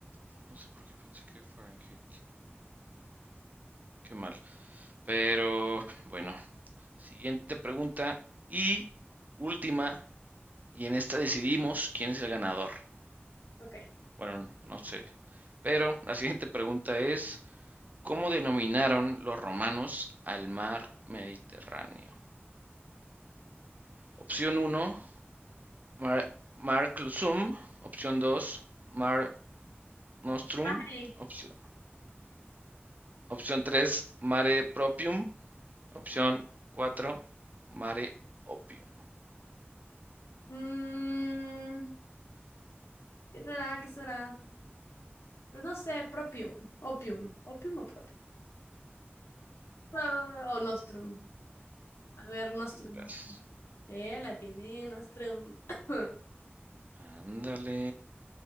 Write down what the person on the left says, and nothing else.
Ok.
Ay,
mm, ¿qué será? ¿Qué será? Pues no sé, propium, opium, opium o propium. Ah, o nostrum. A ver, nostrum,
nostrum. Eh, la atiné, nostrum. <coughs>